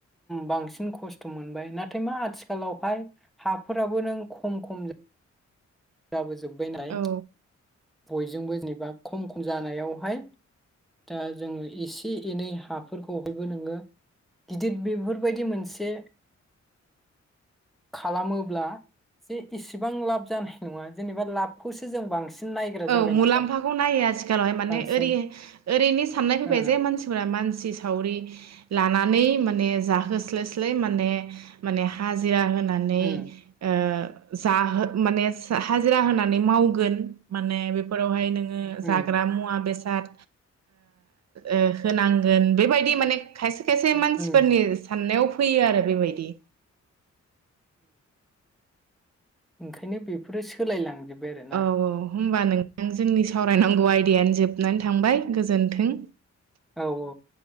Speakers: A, in the centre; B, on the right (about 65°).
A: बांसिन खस्थ' मोनबाय नाथाय मा आथिखालावहाय हाफोराबो नों खम खम जा जाबो जोब बैनाय
B: औ
A: बयजोंबो जेनेबा खम खम जानायावहाय दा जोङो एसे एनै हाफोरखौहायबो नोङो गिदिर बेफोरबायदि मोनसे खालामोब्ला जे इसेबां लाब जानो नङा जेनेबा लाबखौसो जों बांसिन नायग्रा
B: औ
A: जाबाय
B: मुलाम्फाखौ
A: नालाय
B: नायो आथिखालावहाय माने
A: बांसिन
B: ओरै ओरैनो साननाय फैबाय
A: ओ
B: जे मानसिफोरा मानसि सावरि लानानै माने जाहोस्लाय स्लाय माने माने हाजिरा होना नानै
A: उम
B: ओ जाहो माने हाजिरा होनानै मावगोन माने बेफोरावहाय नों
A: उम
B: जाग्रा मुआ बे गां ओ होनांगोन बेबायदि माने खायसे खायसे मानसिफोरनि
A: उम
B: साननायाव फैयो आरो बेबायदि
A: ओंखायनो बेफोरो सोलायलांजोब बेआरोना
B: औ औ होमबा नोंथां जोंनि सावरायनांगौ आयदायानो जोबनानै थांबाय गोजोन्थों
A: औ औ